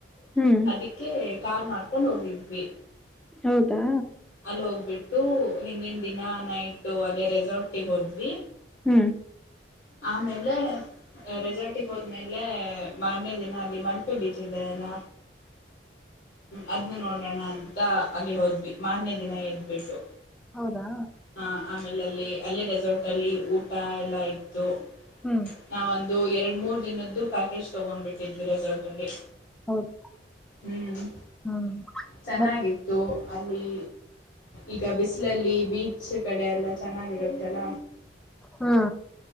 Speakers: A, in the centre; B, on the left.
A: ಹ್ಮ್
B: ಅದಕ್ಕೆ ಕಾರ್ ಮಾಡ್ಕೊಂಡ್ ಹೋಗಿದ್ವಿ.
A: ಹೌದಾ
B: ಅಲ್ಲಿ ಹೋಗ್ಬಿಟ್ಟು ಹಿಂದಿನ ದಿನ ನೈಟ್ ಅಲ್ಲೇ ರೆಸಾರ್ಟಿಗೆ ಹೋದ್ವಿ.
A: ಹ್ಮ
B: ಆಮೇಲೆ ರೆಸಾರ್ಟಿಗೆ ಹೋದ್ಮೇಲೆ ಮಾರನೇ ದಿನ ಅಲ್ಲಿ ಮಲ್ಪೆ ಬೀಚ್ಿದೆ ಅಲ್ಲ. ಅದನ್ನು ನೋಡೋಣ ಅಂತ ಅಲ್ಲಿ ಹೋದ್ವಿ. ಮಾರನೇ ದಿನ ಎದ್ದ್ಬಿಟ್ಟು.
A: ಹೌದಾ
B: ಹ ಆಮೇಲೆ ಅಲ್ಲಿ ಅಲ್ಲಿ ರೆಸಾರ್ಟ್ ಅಲ್ಲಿ ಊಟ ಎಲ್ಲಾ ಇತ್ತು.
A: ಹ್ಮ್
B: ನಾವ ಒಂದು ಎರಡು ಮೂರು ದಿನದ್ದು ಪ್ಯಾಕೇಜ್ ತಗೊಂಡ್ಬಿಟ್ಟಿದ್ವಿ ರೆಸಾರ್ಟ್ ಅಲ್ಲಿ.
A: ಹೌದು
B: ಹ್ಮ್
A: ಹ್ಮ್
B: ಚೆನ್ನಾಗಿತ್ತು
A: ಮತ್ತೆ
B: ಅಲ್ಲಿ ಈಗ ಬಿಸಿಲಲ್ಲಿ ಬೀಚ್ ಈ ಕಡೆ ಎಲ್ಲ ಚೆನ್ನಾಗಿರುತ್ತಲ್ಲ.
A: ಹ್ಮ್